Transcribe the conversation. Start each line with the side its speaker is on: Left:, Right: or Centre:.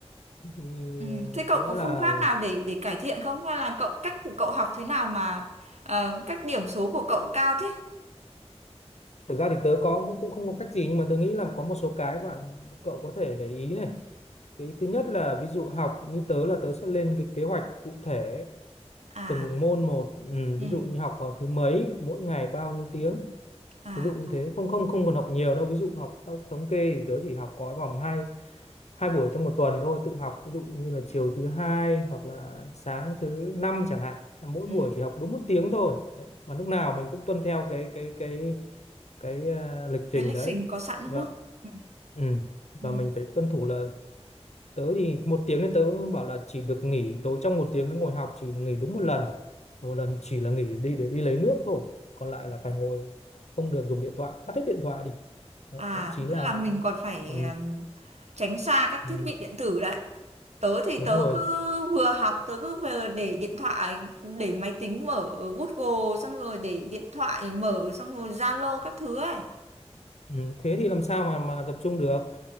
Left: thì
Right: Ừ.
Left: ờ,
Right: Thế cậu
Left: có
Right: có
Left: lẽ
Right: phương
Left: là
Right: pháp nào để để cải thiện không? Hay là cậu cách của cậu học thế nào mà ờ, các điểm số của cậu cao thế?
Left: thực ra thì tớ có cũng cũng không có cách gì nhưng mà tớ nghĩ là có một số cái bạn cậu có thể để ý này cái thứ nhất là ví dụ học như tớ là tớ sẽ lên cái kế hoạch cụ thể
Right: À,
Left: từng môn một ừ,
Right: ừ,
Left: ví dụ như học vào thứ mấy mỗi ngày bao nhiêu tiếng
Right: à,
Left: ví dụ như
Right: ừ.
Left: thế không không không còn học nhiều đâu ví dụ học theo thống kê thì tớ chỉ học có vòng hai hai buổi trong một tuần thôi tự học ví dụ như là chiều thứ hai hoặc là sáng thứ năm chẳng hạn là mỗi
Right: Ừ.
Left: buổi chỉ học đúng một tiếng thôi Đấy. và lúc nào mình cũng tuân theo cái cái cái cái, ờ, lịch trình
Right: cái lịch
Left: đấy
Right: trình có sẵn đúng
Left: vâng
Right: không? ừ,
Left: ừ. và
Right: ừ.
Left: mình phải tuân thủ là tớ thì một tiếng nên tớ bảo là chỉ được nghỉ tối trong một tiếng cái ngồi học chỉ nghỉ đúng một lần một lần chỉ là nghỉ đi để đi lấy nước thôi còn lại là phải ngồi không được dùng điện thoại tắt hết điện thoại đi Đấy,
Right: À,
Left: thậm chí là
Right: tức là mình còn phải
Left: ừ,
Right: ừm, tránh xa các
Left: ừ,
Right: thiết bị điện tử đấy. Tớ thì
Left: đúng
Right: tớ
Left: rồi
Right: cứ vừa học, tớ cứ vừa để điện thoại, để máy tính mở Google, xong rồi để điện thoại mở, xong rồi Zalo các thứ ấy.
Left: ừ, thế thì làm sao mà mà tập trung được